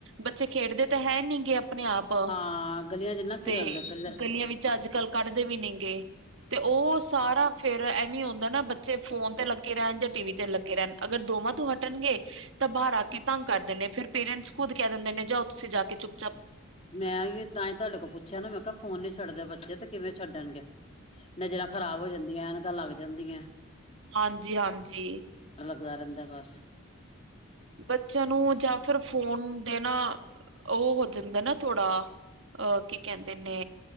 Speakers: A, on the right (about 55°); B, on the left (about 30°).
A: ਬੱਚੇ ਖੇਡਦੇ ਤਾਂ ਹੈ ਨੀ ਗੇ ਆਪਣੇ ਆਪ
B: ਹਾਂ ਗਲੀਆਂ ਚ ਨਾ
A: ਤੇ
B: ਖੇਲਦੇ ਪਹਿਲੇ
A: ਗਲੀਆਂ ਵਿੱਚ ਅੱਜ ਕੱਲ ਕੱਢਦੇ ਵੀ ਨਗੇ ਤੇ ਉਹ ਸਾਰਾ ਫੇਿਰ ਐਵੇਂ ਹੁੰਦਾ ਨਾ ਬੱਚੇ ਫੋਨ ਤੇ ਲੱਗੇ ਲੱਗੇ ਰਹਿਣ ਜਾਂ ਟੀ ਵੀ ਤੇ ਲੱਗੇ ਰਹਿਣ ਅਗਰ ਦੋਵਾਂ ਤੋਂ ਹਟਣਗੇ ਤਾਂ ਬਾਹਰ ਆ ਕੇ ਤੰਗ ਕਰਦੇ ਨੇ ਫੇਿਰ ਪੇਰੈਂਟਸ ਖੁਦ ਕਹਿ ਦਿੰਦੇ ਨੇ ਜਾਂ ਉਹ ਤੁਸੀਂ ਜਾ ਕੇ ਚੁਪ
B: ਮੈਂ ਵੀ ਤਾਂ ਹੀ ਤੁਹਾਡੇ ਕੋਲ ਪੁੱਛਿਆ ਨਾ ਮੈਂ ਕਿਹਾ ਫੋਨ ਨੀ ਛੱਡਦੇ ਬੱਚੇ ਤੇ ਕਿਵੇਂ ਛੱਡਣਗੇ ਨਜ਼ਰਾਂ ਖ਼ਰਾਬ ਹੋ ਜਾਂਦੀਆਂ ਹਨ ਗਾਂ ਲੱਗ ਜਾਂਦੀਆਂ
A: ਹਾਂਜੀ ਹਾਂਜੀ
B: ਗੁਜ਼ਾਰਨ ਦਾ ਬਸ
A: ਬੱਚਿਆਂ ਨੂੰ ਜਾਂ ਫਿਰ ਫੋਨ ਦੇਣਾ ਉਹ ਹੋ ਜਾਂਦਾ ਨਾ ਥੋੜਾ ਅਹ ਕਿ ਕਹਿੰਦੇ ਨੇ